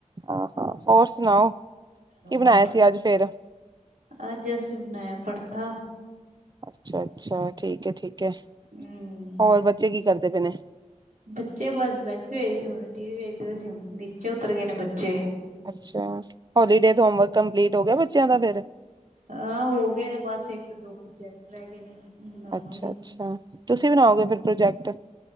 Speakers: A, on the right (about 30°); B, on the right (about 75°).
A: ਆਹ ਹੋ, ਹੋਰ ਸੁਣਾਓ? ਕੀ
B: ਹੋਰ
A: ਬਣਾਇਆ ਸੀ ਅੱਜ ਫੇਰ
B: ਅੱਜ ਅਸੀਂ ਬਣਾਇਆ ਪਰਥਾ।
A: ਅੱਛਾ -ਅੱਛਾ ਠੀਕ, ਹੈ ਠੀਕ, ਹੈ
B: ਹੂੰ।
A: ਹੋਰ ਬੱਚੇ ਕੀ ਕਰਦੇ ਪਏ ਨੇ
B: ਬੱਚੇ ਬਸ ਬੈਠ ਹੋਏ ਸੀ! ਹੁਣ ਟੀ, ਵੀ ਵੇਖਦੇ ਸੀ। ਨੀਚੇ ਉਤਰ ਗਏ ਨੇ ਬੱਚੇ
A: ਅੱਛਾ ਹੋਲੀਡੇ, ਹੋਮਵਰਕ ਕੰਪਲੀਟ ਹੋ ਗਿਆ ਬੱਚਿਆਂ ਦਾ ਫਿਰ
B: ਹਾਂ ਹੋ ਗਏ! ਨੇ ਬਸ ਇੱਕ ਦੋ ਪ੍ਰੋਜੈਕਟ ਰਹਿ ਗਏ ਨੇ ਬਣਾਵਾਂਗੇ।
A: ਅੱਛਾ- ਅੱਛਾ ਤੁਸੀਂ ਬਣਾਓਗੇ ਫਿਰ ਪ੍ਰੋਜੈਕਟ